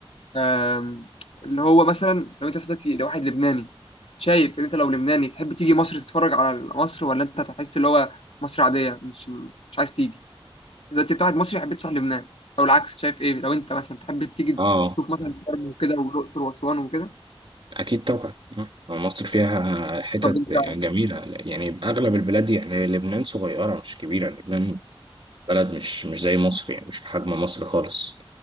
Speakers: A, on the left (about 85°); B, on the right (about 60°).
A: آم، اللي هو مثلا لو انت صدقتي لواحد لبناني شايف ان انت لو لبناني تحب تيجي مصر تتفرج على مصر ولا انت هتحس اللي هو مصر عاديه مش مش عايز تيجي دلوقتي انت واحد مصري حبيت تروح لبنان او العكس شايف ايه لو انت مثلا تحب تيجي
B: اه
A: تشوف مثلا شرم وكده والاقصر واسوان وكده
B: أكيد طبعا آه، مصر فيها حتت
A: طب انت
B: جميلة يعني أغلب البلاد يعني لبنان صغيرة مش كبيرة لبنان بلد مش مش زي مصر يعني مش بحجم مصر خالص